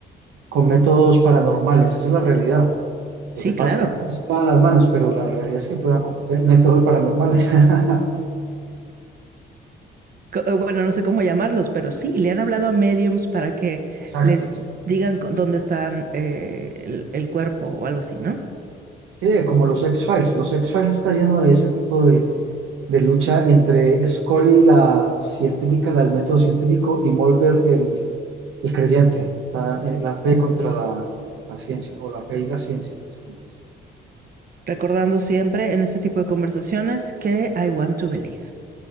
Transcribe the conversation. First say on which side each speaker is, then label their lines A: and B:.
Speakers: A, on the right (about 80°); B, on the right (about 50°).
A: con métodos paranormales, esa es la realidad.
B: Sí,
A: Lo que pasa
B: claro.
A: es que se lavan las manos, pero la realidad es que prueban con pe- métodos paranormales. <laughs>
B: co- eh, bueno, no sé cómo llamarlos, pero sí, le han hablado a mediums para que
A: Exacto.
B: les digan co- dónde están eh, el, el cuerpo o algo así, ¿no?
A: Sí, como los X-Files. Los X-Files está lleno de ese tipo de, de lucha entre Scully, la científica, la del método científico, y Mulder, el, el creyente. Está eh, la fe contra la, la ciencia, o la fe y la ciencia, pues juntas.
B: Recordando siempre en este tipo de conversaciones que I want to believe.